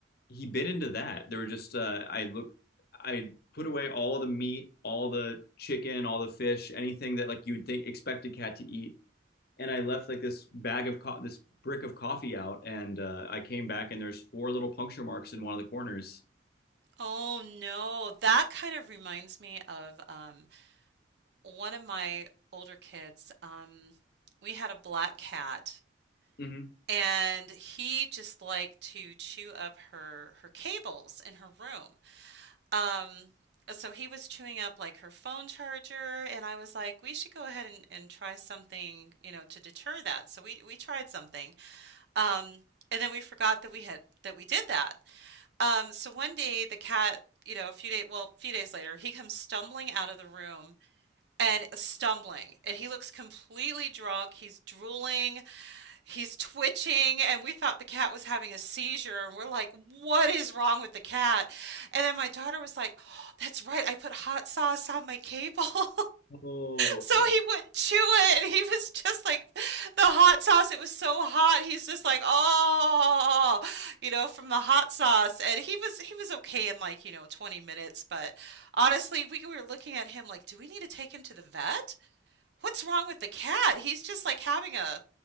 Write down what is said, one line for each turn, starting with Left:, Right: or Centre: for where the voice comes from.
Left: he bit into that. There were just uh, I look I put away all the meat, all the chicken, all the fish, anything that like you would think expect a cat to eat, and I left like this bag of co- this brick of coffee out, and uh, I came back and there's four little puncture marks in one of the corners.
Right: Oh no. That kind of reminds me of um one of my older kids. Um, we had a black cat
Left: hmm
Right: and he just liked to chew up her her cables in her room. Um, uh, so he was chewing up like her phone charger, and I was like, we should go ahead and, and try something, you know, to deter that. So we we tried something. Um, and then we forgot that we had that we did that. Um, so one day the cat, you know, a few days, well, a few days later, he comes stumbling out of the room and uh, stumbling, and he looks completely drunk. He's drooling. He's twitching, and we thought the cat was having a seizure. And we're like, what is wrong with the cat? And then my daughter was like, oh, that's right, I put hot sauce on my cable. <laughs>
Left: Oh,
Right: So
Left: okay.
Right: he wouldn't chew it. And he was just like, the hot sauce, it was so hot. He's just like, oh, you know, from the hot sauce. And he was, he was okay in like, you know, 20 minutes. But honestly, we were looking at him like, do we need to take him to the vet? What's wrong with the cat? He's just like having a